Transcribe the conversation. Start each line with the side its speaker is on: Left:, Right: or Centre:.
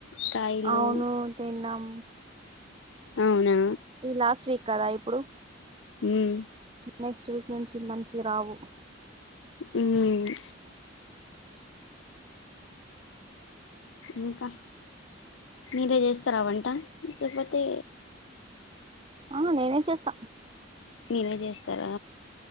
Left: కాయిలు
Right: అవును తిన్నాం
Left: అవునా
Right: ఈ లాస్ట్ వీక్ కదా ఇప్పుడు
Left: మ్మ్
Right: నెక్స్ట్ వీక్ నుంచి మంచిగ రావు
Left: హ్మ్మ్ ఇంకా మీరే చేస్తరా వంట లేకపోతే
Right: ఆ నేనే చేస్తా
Left: మీరే చేస్తారా